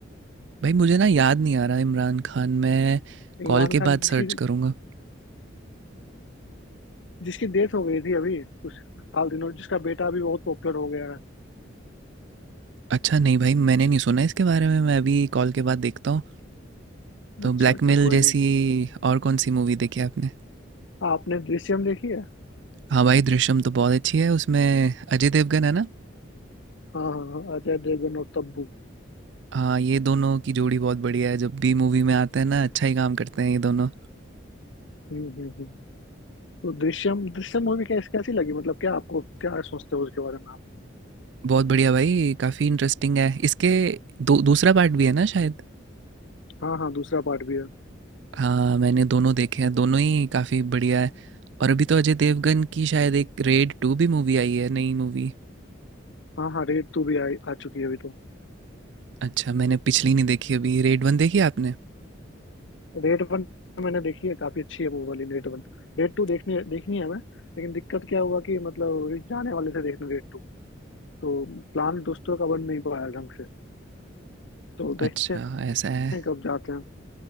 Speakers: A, on the right; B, on the left.
A: भाई मुझे ना याद नहीं आ रहा इमरान खान मैं
B: इमरान
A: कॉल के
B: खान
A: बाद
B: जिसकी
A: सर्च करूँगा
B: जिसकी डेथ हो गई थी अभी कुछ हाल दिनों जिसका बेटा अभी बहुत पॉपुलर हो गया है
A: अच्छा नहीं भाई मैंने नहीं सुना इसके बारे में मैं अभी कॉल के बाद देखता हूँ तो
B: अच्छा
A: ब्लैकमेल
B: अच्छा कोई
A: जैसी
B: नहीं
A: और कौन सी मूवी देखी आपने
B: हाँ, आपने दृश्यम देखी है
A: हाँ भाई दृश्यम तो बहुत अच्छी है उसमें अजय देवगन है ना
B: हाँ हाँ हाँ अजय देवगन और तब्बू
A: हाँ ये दोनों की जोड़ी बहुत बढ़िया है जब भी मूवी में आते हैं ना अच्छा ही काम करते हैं ये दोनों
B: हम्म हम्म हम्म। तो दृश्यम दृश्यम मूवी कैसी कैसी लगी मतलब क्या आपको क्या सोचते हो उसके बारे में आप
A: बहुत बढ़िया भाई काफ़ी इंटरेस्टिंग है इसके दो दूसरा पार्ट भी है ना शायद
B: हाँ हाँ दूसरा पार्ट भी है
A: हाँ मैंने दोनों देखे हैं दोनों ही काफ़ी बढ़िया है और अभी तो अजय देवगन की शायद एक रेड टू भी मूवी आई है नई मूवी
B: हाँ हाँ रेड टू भी आ, आ चुकी है अभी तो
A: अच्छा मैंने पिछली नहीं देखी अभी रेड वन देखी आपने
B: रेड वन मैंने देखी है काफी अच्छी है वो वाली रेड वन रेड टू देखनी देखनी है मैं लेकिन दिक्कत क्या हुआ कि मतलब अभी जाने वाले थे देखने रेड टू तो प्लान दोस्तों का बन नहीं पाया ढंग से तो
A: अच्छा
B: देखते
A: ऐसा है
B: हैं कब जाते हैं